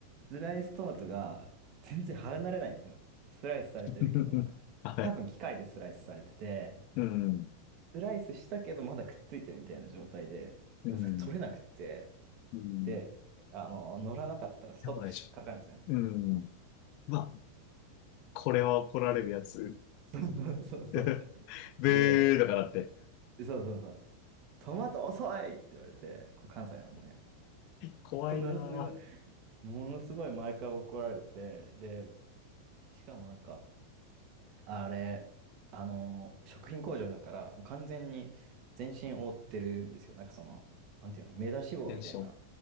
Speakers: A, on the right (about 40°); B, on the left (about 45°).
A: スライストマトが全然離れないんですよ。スライスされてるけど、
B: <laughs>
A: なんか多分機械でスライスされてて、
B: はい。うん。
A: スライスしたけどまだくっついてるみたいな状態で、
B: うん。
A: 取れなくって、
B: うん。
A: で、あの、乗らなかったらストップしかかるんですよね。
B: やばいでしょ。うん。まあ、これは怒られるやつ。
A: <laughs> そうそうそうそう。
B: <laughs> ブーだからって。
A: で、そうそうそう。トマト遅いって言われて、こう関西なんでね。
B: <laughs> 怖いな。
A: ものすごい、ものすごい毎回怒られて、で、しかもなんか、あれ、あのー食品工場だから、もう完全に全身覆ってるんですよ。なんかその、なんていうの、目出し帽みたいな、
B: テンション。